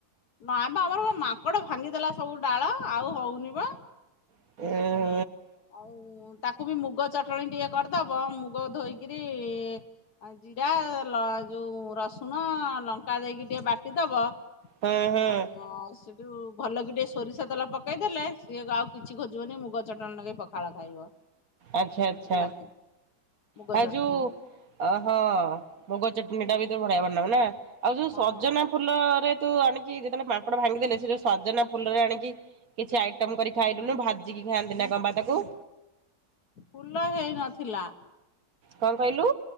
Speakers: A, on the left; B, on the right.
A: ନାଇଁ ପା ଆମର ପା ମାଙ୍କଡ ଭାଙ୍ଗିଦେଲା ସବୁ ଡାଳ ଆଉ ହୋଉନି ପା।
B: <unintelligible>
A: ଆଉ ତାକୁ ବି ମୁଗ ଚଟଣୀ ଟିକେ କରିଦବ ମୁଗ ଧୋଇକିରି ଆଁ ଜିରା ଲ ଯୋଉ ରସୁଣ ଲଙ୍କା ଦେଇକି ଟିକେ ବାଟିଦବ।
B: ହୁଁ ହୁଁ
A: <unintelligible> <unintelligible> ଭଲ କି ଟିକେ ସୋରିଷ ତେଲ ପକେଇ ଦେଲେ ସିଏ ଗ ଆଉ କିଛି ଖୋଜିବନି ମୁଗ ଚଟଣୀ ନଗେଇ ପଖାଳ ଖାଇବ।
B: ଆଚ୍ଛା ଆଚ୍ଛା।
A: ଭଲ ଲାଗେ। ମୁଗ
B: ଆ
A: ଚଟଣି
B: ଯୋଉ ଅହଁ ମୁଗ ଚଟଣୀ ଟା ବି ତ ବଢ଼ିଆ ବନାଅ ନା ଆଉ ଯୋଉ
A: ହଁ
B: ସଜନା ଫୁଲରେ ତୁ ଆଣିକି ଯେତୋବୋଳେ ମାଙ୍କଡ଼ ଭାଙ୍ଗିଦେଲେ ସେ ଯୋଉ ସଜନା ଫୁଲରେ ଆଣିକି କିଛି ଆଇଟମ୍ କରି ଖାଇଲୁନି ଭାଜିକି ଖାଆନ୍ତି ନା କଁ ପା ତାକୁ।
A: ଫୁଲ ହେଇ ନଥିଲା।
B: କଁ କହିଲୁ?